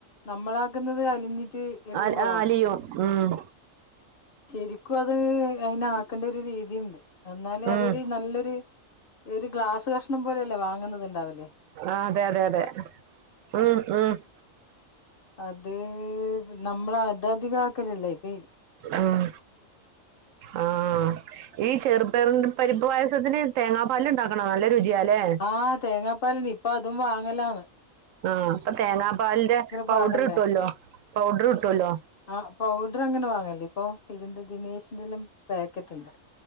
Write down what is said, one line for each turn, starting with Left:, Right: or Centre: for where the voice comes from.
Left: നമ്മളാക്കുന്നത് അലിഞ്ഞിട്ട് എല്ലാം
Right: ആ
Left: കുളാവും,
Right: ആ അലിയും ഉം
Left: ശെരിക്കും അത് അയിനാക്കേണ്ട ഒരു രീതിയുണ്ട് എന്നാല്
Right: ഉം
Left: അതൊരു നല്ലൊരു ഒരു ഗ്ലാസ് കഷ്ണം പോലെയല്ലേ വാങ്ങുന്നുന്നത്ണ്ടാവല്,
Right: ആഹ് അതെ അതെ അതെ ഉ ഉം
Left: അത് നമ്മള അതധികം ആക്കലല്ല ഇപ്പ
Right: ഉം ആഹ് ആഹ ഈ ചെറുപ്പറി പരിപ്പ് പായസത്തിന് തേങ്ങാ പാല് ഉണ്ടാക്കണ നല്ല രുചിയല്ലേ
Left: ആഹ് തേങ്ങാപ്പാല ഇപ്പ അതും വാങ്ങലന്ന്
Right: ആഹ് ഇപ്പൊ തേങ്ങാ പാലിന്റെ പൗഡർ
Left: പാടല്ലേ
Right: കിട്ടുവല്ലോ പൗഡർ കിട്ടുമല്ലോ
Left: ആഹ് പൗഡർ അങ്ങനെ വാങ്ങല്ലേ ഇപ്പൊ ഇതിന്റെ ദിനേശിന്റെറെ എല്ലാം പാക്കറ്റ് ഉണ്ട്